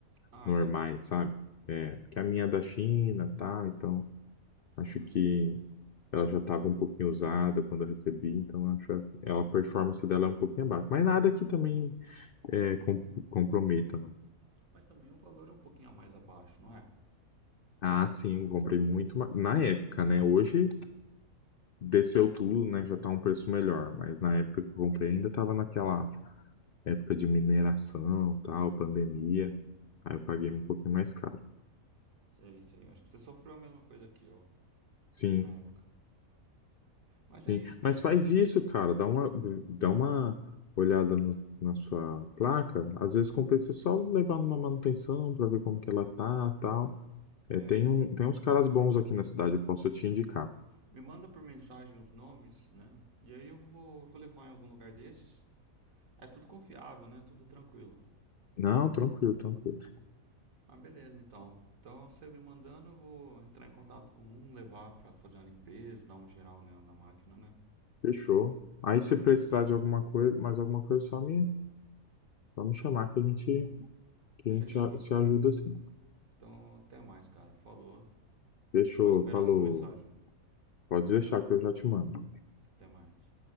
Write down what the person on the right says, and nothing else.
Ah,
é?
Ai,
mas também o valor é um pouquinho a mais abaixo, não é?
Sei, sei. Acho que você sofreu a mesma coisa que eu
na época. Mas é
isso, cara.
É,
me manda por mensagem os nomes, né? E aí eu vou, vou levar em algum lugar desses. É tudo confiável, né? Tudo tranquilo.
Ah, beleza, então. Então você me mandando, eu vou entrar em contato com um, levar pra fazer uma limpeza, dar uma geral né, na máquina, né?
Fechou,
cara.
Então até mais, cara. Falou.
Vou esperar
a sua mensagem.
Até mais.